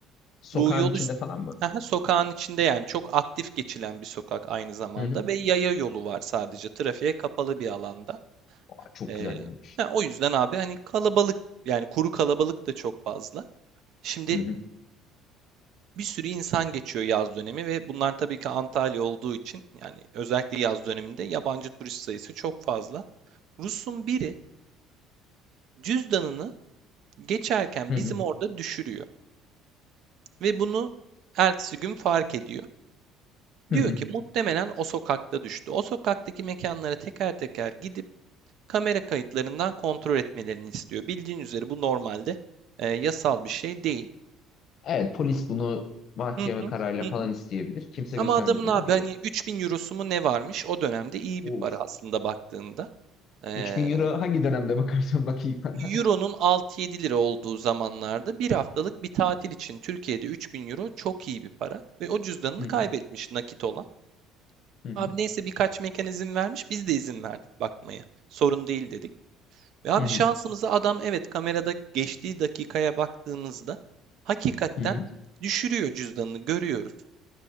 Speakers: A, on the left; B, on the right.
A: Sokağın
B: bu yol
A: içinde
B: üstü
A: falan mı?
B: Aha, sokağın içinde yani çok aktif geçilen bir sokak aynı zamanda
A: Hı hı.
B: ve yaya yolu var sadece trafiğe kapalı bir alanda.
A: Aa, Çok
B: Ee,
A: güzel yani.
B: ha, o yüzden abi hani kalabalık yani kuru kalabalık da çok fazla. Şimdi
A: Hı hı.
B: Bir sürü insan geçiyor yaz dönemi ve bunlar tabii ki Antalya olduğu için yani özellikle yaz döneminde yabancı turist sayısı çok fazla. Rus'un biri cüzdanını geçerken
A: Hı
B: bizim
A: hı.
B: orada düşürüyor ve bunu ertesi gün fark ediyor.
A: Hı
B: Diyor
A: hı.
B: ki muhtemelen o sokakta düştü. O sokaktaki mekanlara teker teker gidip kamera kayıtlarından kontrol etmelerini istiyor. Bildiğin üzere bu normalde e, yasal bir şey değil.
A: Evet polis bunu mahkeme
B: Hı hı.
A: kararıyla
B: hı
A: falan
B: hı.
A: isteyebilir. Kimse
B: Ama
A: göstermek
B: adamın
A: zorunda
B: abi
A: değil.
B: hani 3000 eurosu mu ne varmış? O dönemde iyi
A: Of.
B: bir para aslında baktığında. Ee,
A: 3000 euro hangi dönemde bakarsan bakayım bana.
B: Euro'nun 6-7 lira olduğu zamanlarda bir haftalık bir tatil için Türkiye'de 3000 euro çok iyi bir para. Ve o cüzdanını
A: Hı
B: kaybetmiş
A: hı.
B: nakit olan.
A: Hı hı.
B: Abi neyse birkaç mekan izin vermiş biz de izin verdik bakmaya. Sorun değil dedik. Ve abi
A: Hı hı.
B: şansımıza adam evet kamerada geçtiği dakikaya baktığımızda hakikaten
A: Hı hı.
B: düşürüyor cüzdanını görüyoruz.